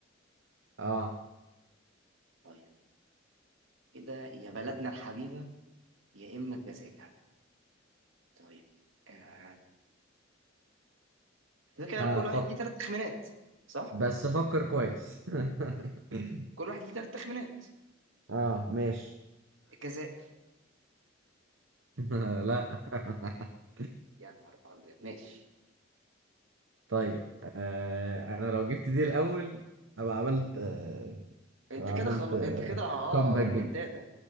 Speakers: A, on the right; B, on the right.
A: اه
B: طيب كده يا بلدنا الحبيبة يا إما الجزائر طيب آه، كده كده
A: ها
B: كل
A: فكر
B: واحد ليه ثلاث تخمينات صح؟
A: بس فكر كويس <laughs>
B: كل واحد ليه ثلاث تخمينات
A: اه ماشي
B: كذا
A: <laughs> لا <laughs>
B: يا نهار أبيض ماشي
A: طيب آه انا لو جبت دي الاول ابقى عملت آه
B: أنت
A: ابقى
B: كده
A: عملت
B: خلاص
A: آه
B: أنت كده أه
A: كومباك
B: ريمونتادا
A: جيم